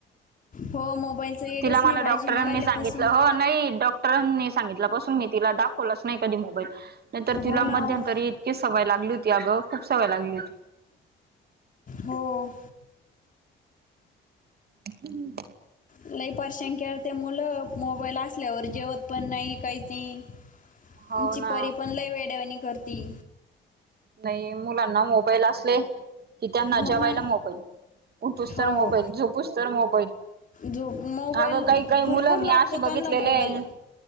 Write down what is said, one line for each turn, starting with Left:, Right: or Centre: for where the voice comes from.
Left: हो मोबाईलच एडच
Right: तिला मला
Left: नाही पाहिजे,
Right: डॉक्टरांनी
Left: न पाहिल्यापासून.
Right: सांगितलं हो नाही डॉक्टरांनी सांगितलं पासून मी तिला दाखवलंच नाही कधी मोबाईल. नाहीतर तिला
Left: हो ना
Right: मध्यंतरी
Left: हो.
Right: इतकी सवय लागली होती. अगं खूप सवय लागली होती.
Left: हो.
Right: हम.
Left: लय परशान केल ते मुलं, मोबाईल असल्यावर जेवत पण नाइ काय ती.
Right: हो
Left: आमची
Right: ना
Left: परी पण लय वेड्यावणी करती.
Right: नाही मुलांना मोबाईल असले, की त्यांना
Left: हो
Right: जेवायला
Left: ना
Right: मोबाईल. उठूस
Left: हो
Right: तर मोबाईल, झोपूस तर मोबाईल.
Left: जो मोबाईल
Right: अगं काही काही
Left: भरपूर
Right: मुलं मी
Left: लागतो
Right: असे
Left: त्यांना
Right: बघितलेले
Left: मोबाईल
Right: आहे.